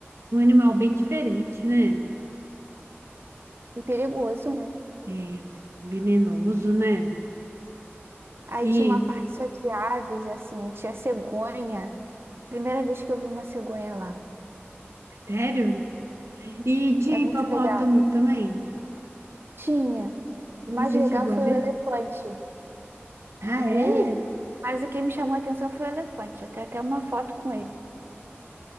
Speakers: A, on the right (about 80°); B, on the right (about 60°).
A: é um animal bem diferente, né?
B: e perigoso, né?
A: É venenoso, né?
B: Aí
A: E,
B: tinha uma parte só de aves, assim, tinha cegonha. Primeira vez que eu vi uma cegonha lá.
A: sério? E tinha
B: É muito
A: hipopótamo
B: legal.
A: também.
B: Tinha. O mais
A: E você
B: legal
A: chegou
B: foi
A: a ver?
B: o elefante.
A: Ah, é?
B: Vi, mas o que me chamou a atenção foi o elefante. Eu tenho até uma foto com ele.